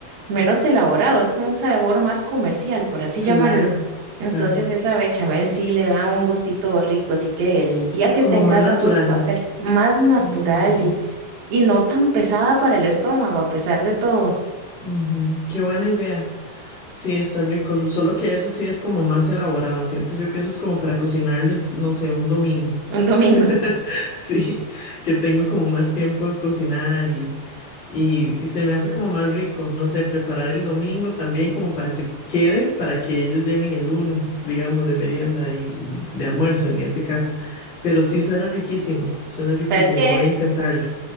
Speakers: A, on the right (about 70°); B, on the left (about 40°).
A: menos elaborado, es un sabor más comercial, por así
B: Claro,
A: llamarlo. Entonces
B: claro.
A: esa bechamel sí le da un gustito rico, así que el día que
B: Como
A: tengas
B: más natural.
A: a gusto hacer más natural
B: Ujú,
A: y, y no tan pesada para el estómago, a pesar de todo,
B: ujú, Qué buena idea. Sí, está rico, solo que eso sí es como más elaborado. Siento yo que eso es como para cocinarles, no sé, un domingo.
A: un domingo.
B: <laughs> Sí, que tengo como más tiempo de cocinar y, y, y se me hace como más rico, no sé, preparar el domingo también como para que quede, para que ellos lleven el lunes, digamos, de merienda y y de almuerzo en ese caso. Pero sí suena riquísimo, suena riquísimo.
A: <laughs> ¿Sabes qué?
B: Voy a intentarla.